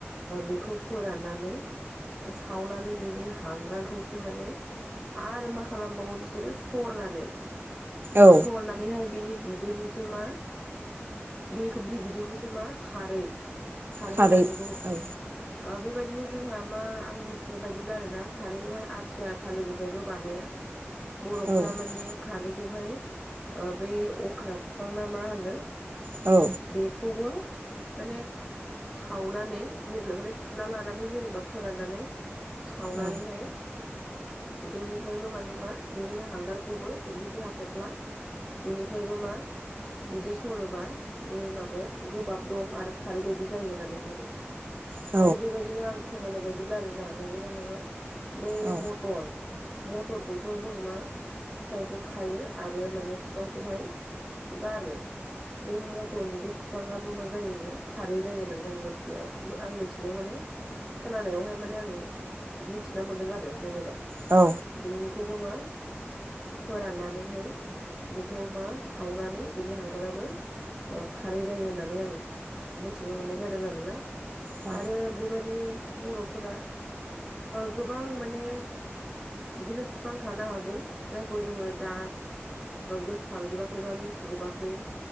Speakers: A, in the centre; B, on the right.
A: बेखौ ओ फोराननानै ओ सावनानै बिनि हांगारखौसो माने आरो मा खालामबावो बिसोरो सरनानै
B: औ
A: सरनानैहाय बिनि बिदैखौ बिसोर मा बेखौ बे बिदैखौसो मा खारै
B: खारै
A: होननानै बुङो
B: औ
A: ओ बेबायदिनो जोंहा मा आं मिथिनाय बादिब्ला आरो ना खारैखौहाय आथिया थालिरनिफ्रायल' बानाया बर'फोरा
B: औ
A: माने खारैखौहाय ओ बै अख्रा फिफां ना मा होनो
B: औ
A: बेखौबो माने सावनानै जेब्ला माने फुना लानानै जेनेबा फोराननानै सावनानैहाय
B: औ
A: बेनिफ्रायबो माने मा बेनि हांगारखौबो बिनि जे हाथ'फ्ला बेनिफ्रायबो मा बिदै सरोबा बे माबाया गोबाब दं आरो खारै बायदि जायो होननानै बुंदों
B: औ
A: आरो बेबायदिनो आं खोनानाय बायदिब्ला आरोना नंगौना नङा बै
B: औ
A: मथर मथरखौथ' जों मा फिथाइखौ खायो आरो माने बिफांखौहाय गारो बे मथरनि बे बिफाङाबो मा जायोनो खारै जायो होननानै आं मिथिनायाव आं मिथिनायाव माने खोनानायावहाय माने आं मिथिना मोनदों आरो जेनेबा
B: औ
A: बेनिखौबो मा फोराननानैहाय बेखौ मा सावनानै बिनि हांगाराबो खारै जायो होननानै आं मोनथिनो मोननाय जादों आरो ना
B: औ
A: आरो बेबायदिनो बर'फोरा गोबां माने बिदिनो बिफां थानो हागौ जायखौ जोङो दा गोसोखांजोबाखै बा मिथिजोबाखै